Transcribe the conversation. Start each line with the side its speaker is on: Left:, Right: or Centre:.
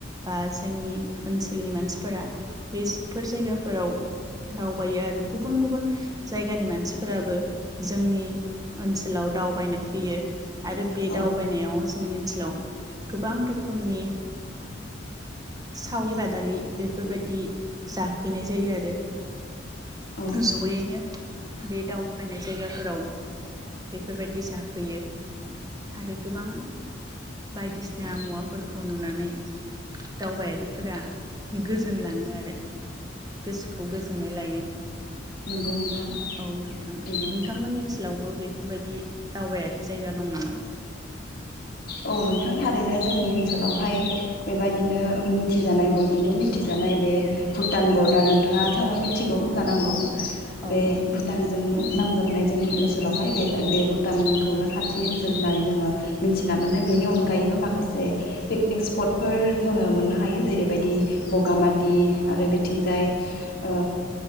Right: बा जोंनि ओनसोलनि मानसिफोरा बेफोर जायगाफोराव दावबायो आरो गुबुन गुबुन जायगानि मानसिफोराबो जोंनि ओनसोलाव दावबायनो फैयो आरो बे
Left: औ
Right: दावबायनायाव जोंनि ओनसोलाव गोबां रोखोमनि सावलि बादालि बेफोरबायदि जाफैनाय जायो आरो
Left: औ
Right: जयैनो बे दावबायनाय जायगाफोराव बेफोरबायदि जाफैयो आरो गोबां बायदिसिना
Left: औ
Right: मुवाफोरखौ नुनानै दावबायारिफोरा गोजोनलाङो आरो गोसोखौ गोजोननाय लायो
Left: नंगौ नोंथां
Right: औ नोंथां
Left: थारैनो
Right: नोंथांमोननि ओनसोलावबो बेफोरबायदि दावबायारि जायगा दं नामा
Left: औ नोंथां थारैनो जोंनि ओनसोलावहाय बेबायदिनो मिथिजानाय बयजोंबो मिथिजानाय बे भुटान बर्डार नोंथाङा थ मिथिगौ जानांगौ
Right: औ
Left: बे
Right: औ
Left: भुटानजों नांजाबनाय जोंनि ओनसोलावहाय बे बे भुटानखौनो खाथि ओनसोल होननानै जोङो मिथि थिना मोनो बेनि अनगायैबो माखासे पिकनिक स्पटफोर जोङो मोननो हायो जेरैबायदि बगामाथि आरो बिथिंजाय ओ